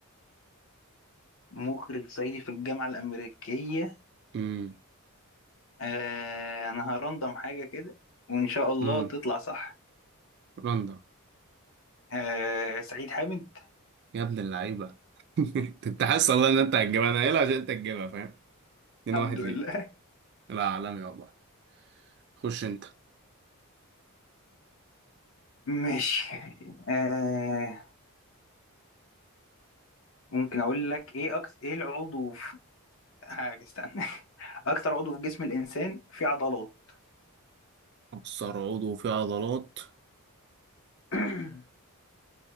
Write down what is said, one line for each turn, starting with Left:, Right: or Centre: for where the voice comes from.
Left: مخرج صعيدي في الجامعة الأمريكية
Right: امم
Left: آه أنا هرندم حاجة كده وإن شاء الله
Right: رندا
Left: تطلع صح
Right: رندا
Left: آه سعيد حامد
Right: يا ابن اللعيبة <laughs> انت حاسس والله ان انت هتجيبها انا قايلها عشان انت هتجيبها فاهم؟ اتنين
Left: الحمد
Right: واحد ليك
Left: لله
Right: لا عالمي والله خش انت
Left: <laughs> ماشي آه ممكن أقول لك إيه أكس إيه العضو في حاجة استنى <laughs> أكتر عضو في جسم الإنسان فيه عضلات
Right: مكسر عضو فيه عضلات
Left: <clears throat>